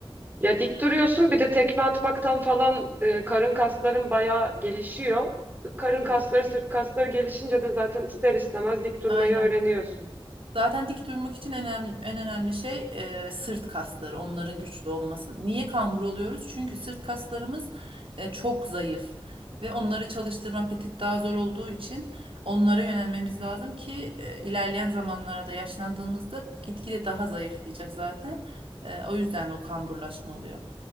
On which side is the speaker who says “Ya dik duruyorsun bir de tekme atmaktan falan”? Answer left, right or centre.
Right